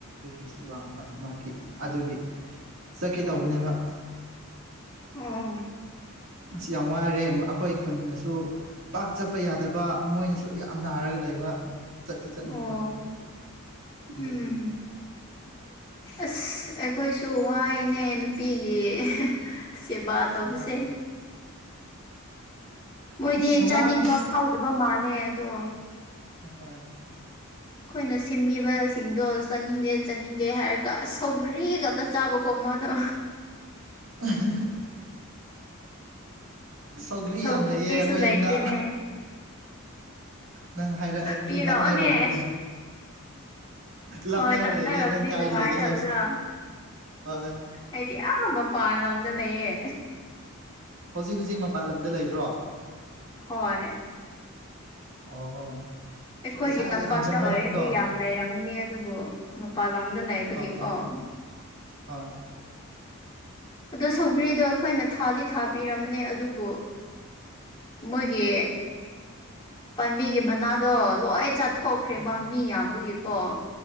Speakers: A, on the right (about 65°); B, on the left (about 20°).
A: ꯅꯨꯄꯤꯁꯨ ꯋꯥꯡꯕ ꯃꯥꯒꯤ ꯑꯗꯨꯒꯤ ꯆꯠꯀꯦ ꯇꯧꯕꯅꯦꯕ
B: ꯑꯣ
A: ꯑꯁ ꯌꯥꯝ ꯋꯥꯏꯔꯦ ꯑꯩꯈꯣꯏ ꯈꯨꯟꯅꯁꯨ ꯄꯥꯛ ꯆꯠꯄ ꯌꯥꯗꯕ ꯃꯣꯏꯅꯁꯨ ꯌꯥꯝ ꯅꯥꯔꯒ ꯂꯩꯕ ꯆꯠꯇꯤ ꯆꯠꯅꯤꯡꯕ
B: ꯑꯣ
A: ꯑꯗꯨꯒꯤ
B: ꯎꯝ ꯑꯁ ꯑꯩꯈꯣꯏꯁꯨ ꯋꯥꯏꯅꯦ ꯅꯨꯄꯤꯒꯤ ꯀꯦꯕꯥ ꯇꯧꯕꯁꯦ
A: ꯑꯥ
B: ꯃꯣꯏꯗꯤ
A: ꯑꯁ ꯋꯥꯕꯅꯤ
B: ꯆꯥꯅꯤꯡꯕ ꯐꯥꯎꯗꯕ ꯃꯥꯜꯂꯦ ꯑꯗꯣ
A: ꯑꯍꯣꯏ
B: ꯑꯈꯣꯏꯅ ꯁꯦꯝꯕꯤꯕꯁꯤꯡꯗꯣ ꯆꯥꯅꯤꯡꯗꯦ ꯆꯥꯅꯤꯡꯗꯦ ꯍꯥꯏꯔꯒ ꯑꯁ ꯁꯧꯒ꯭ꯔꯤꯉꯛꯇ ꯆꯥꯕꯀꯣ ꯃꯥꯗꯣ
A: ꯑꯍꯥ ꯍꯥ ꯁꯧꯒ꯭ꯔꯤ
B: ꯁꯧꯒ꯭ꯔꯤꯁꯨ
A: ꯌꯥꯝ ꯂꯩꯌꯦ ꯑꯈꯣꯏ
B: ꯂꯩꯇ꯭ꯔꯦꯅꯦ
A: ꯌꯨꯝꯗ ꯅꯪ ꯍꯥꯏꯔꯛꯑꯗꯤ
B: ꯄꯤꯔꯛꯑꯣꯅꯦ
A: ꯅꯛꯅꯔꯝꯃꯗꯤ ꯂꯥꯞꯅꯔ
B: ꯍꯣꯏ ꯅꯛꯅꯔꯕꯗꯤ
A: ꯂꯩꯌꯦ ꯅꯪ ꯀꯥꯏ
B: ꯅꯨꯡꯉꯥꯏꯗꯕꯗꯣ
A: ꯂꯩꯒꯦ ꯍꯥꯏꯕꯁ ꯍꯣꯏ
B: ꯑꯩꯗꯤ ꯑꯥ ꯃꯄꯥꯟ ꯂꯝꯗ ꯂꯩꯌꯦ
A: ꯍꯧꯖꯤꯛ ꯍꯧꯖꯤꯛ ꯃꯄꯥꯜ ꯂꯝꯗ ꯂꯩꯕ꯭ꯔꯣ
B: ꯍꯣꯏ
A: ꯑꯣ
B: ꯑꯈꯣꯏꯒꯤ
A: ꯄꯩꯁꯥ
B: ꯇꯝꯄꯥꯛꯇ
A: ꯌꯥꯝ ꯆꯪꯔꯝꯅꯤꯀꯣ
B: ꯑꯣꯏꯔꯗꯤ ꯌꯥꯝ ꯂꯩꯔꯝꯒꯅꯤ ꯑꯗꯨꯕꯨ ꯃꯄꯥꯟ ꯂꯝꯗ ꯂꯩꯕꯒꯤꯀꯣ
A: ꯍꯣꯏ ꯍꯣꯏ
B: <inaudible>
A: ꯍꯣꯏ
B: ꯑꯗꯣ ꯁꯧꯒ꯭ꯔꯤꯗꯣ ꯑꯈꯣꯏꯅ ꯊꯥꯗꯤ ꯊꯥꯕꯤꯔꯝꯕꯅꯦ ꯑꯗꯨꯕꯨ ꯃꯣꯏꯒꯤ ꯄꯥꯝꯕꯤꯒꯤ ꯃꯅꯗꯣ ꯂꯣꯏ ꯆꯠ ꯊꯣꯛꯈ꯭ꯔꯦꯕ
A: ꯍꯣꯏ
B: ꯃꯤ ꯌꯥꯝꯕꯒꯤꯀꯣ